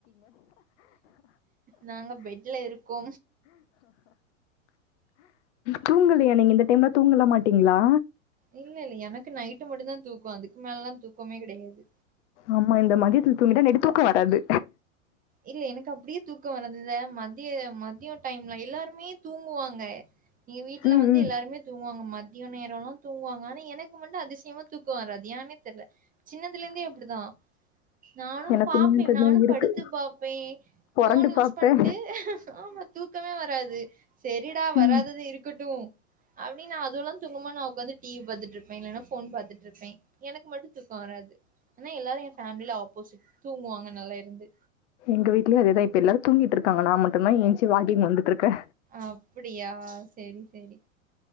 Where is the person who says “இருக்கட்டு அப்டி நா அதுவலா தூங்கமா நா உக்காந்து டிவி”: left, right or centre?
Right